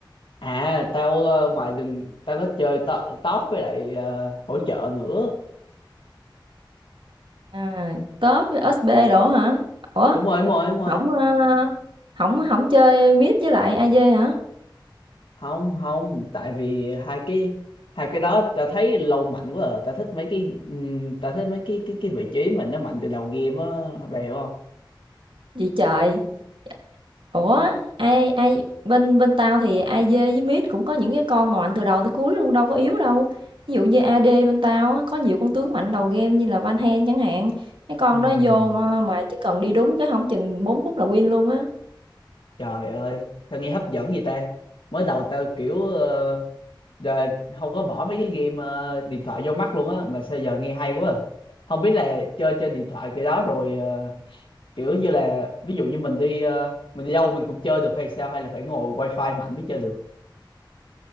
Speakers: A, on the left (about 80°); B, on the right (about 85°).
A: À tao ờ, ngoài đường tao có chơi to, top với lại ờ, hỗ trợ nữa.
B: à tớp với SB đổ hả ủa
A: Đúng rồi, đúng rồi, đúng rồi.
B: không ờ, không không chơi mid với lại AD hả
A: Không, không, tại vì hai cái hai cái đó tao thấy lâu mạnh quá à. Tao thích mấy cái ừm, tao thích mấy cái cái cái vị trí mà nó mạnh từ đầu game á, bà hiểu không?
B: gì trời ủa ai ai bên bên tao thì AD với mid cũng có những cái con mà mạnh từ đầu tới cuối luôn đâu có yếu đâu ví dụ như AD bên tao á, có nhiều con tướng mạnh đầu game như là Van Hen chẳng hạn cái con
A: Ừm,
B: đó vô mà, mà chỉ cần đi đúng cái không chừng 4 phút là win luôn á
A: trời ơi, sao nghe hấp dẫn vậy ta? Mới đầu tao kiểu ờ, giờ không có bỏ mấy cái game ờ, điện thoại vô mắt luôn á mà sao giờ nghe hay quá. à. Không biết là chơi trên điện thoại cái đó rồi ờ, kiểu như là ví dụ như mình đi ờ, mình đi đâu mình cũng chơi được hay sao hay là phải ngồi wifi mạnh mới chơi được